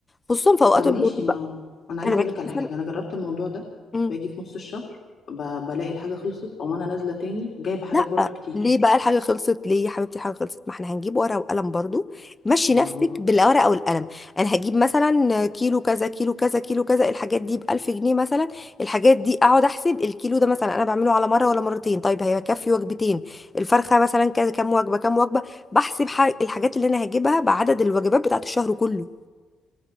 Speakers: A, on the left; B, on the left.
A: خصوصا في اوقات
B: طب ماشي
A: العروض بقى
B: ما هو انا عايزه
A: انا بجيب
B: اقولك على
A: مثلا
B: حاجه انا جربت الموضوع ده
A: إمم.
B: باجي في نص الشهر ب... بلاقي الحاجه خلصت او انا نازله تاني جايبه حاجات
A: لا
B: برضو كتير
A: ليه بقى الحاجة خلصت ليه يا حبيبتي الحاجة خلصت ما احنا هنجيب ورقة وقلم برضو مشي
B: ما
A: نفسك
B: هو
A: بالورقة والقلم انا هجيب مثلا كيلو كذا كيلو كذا كيلو كذا الحاجات دي بألف جنيه مثلا الحاجات دي اقعد احسب الكيلو ده مثلا انا بعمله على مرة ولا مرتين طيب هيكفي وجبتين الفرخة مثلا كذا كام وجبة كام وجبة بحسب ح- الحاجات اللي انا هجيبها بعدد الوجبات بتاعت الشهر كله